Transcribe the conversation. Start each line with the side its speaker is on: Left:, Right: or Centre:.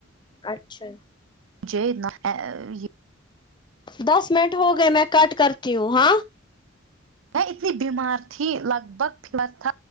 Left: اچھا
Right: ج اتنا ہے یہ
Left: دس منٹ ہو گئے میں کٹ کرتی ہوں ہاں
Right: میں اتنی بیمار تھی لگ بھگ <unintelligible>